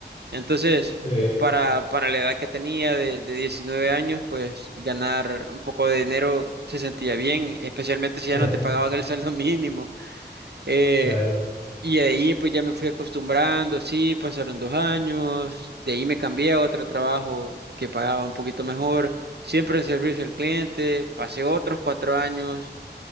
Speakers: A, on the right; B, on the left.
A: Entonces,
B: Sí,
A: para, para la edad que tenía de, de 19 años, pues ganar un poco de dinero se sentía bien, especialmente
B: <laughs>
A: si ya no te pagaban el <laughs> sueldo mínimo. Eh,
B: claro,
A: Y de ahí pues ya me fui acostumbrando, sí, pasaron dos años, de ahí me cambié a otro trabajo que pagaba un poquito mejor, siempre en servicio al cliente, pasé otros cuatro años